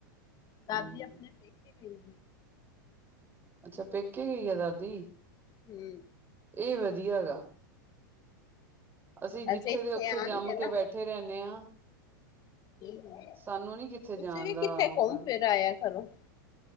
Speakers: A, on the left (about 35°); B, on the right (about 20°).
A: ਦਾਦੀ
B: ਹਮ
A: ਆਪਣੇ ਪੇਕੇ ਗਈ
B: ਅੱਛਾ ਪੇਕੇ ਗਈ ਆ ਦਾਦੀ
A: ਹਮ
B: ਇਹ ਵਧੀਆ ਹੈਗਾ ਅਸੀਂ ਜਿੱਥੇ
A: ਅੱਛਾ ਇੱਥੇ
B: ਦੇ ਉੱਥੇ
A: ਆਣਗੇ
B: ਜੰਮ ਕੇ
A: ਨਾ
B: ਬੈਠੇ ਰਹਿੰਦੇ ਹਾਂ
A: ਤੁਸੀਂ
B: ਸਾਨੂੰ ਨੀ ਕਿੱਥੇ ਜਾਣ
A: ਵੀ
B: ਦਾ
A: ਕਿੱਥੇ
B: ਮੌਕਾ
A: ਘੁੰਮ ਫਿਰ ਆਇਆ ਕਰੋ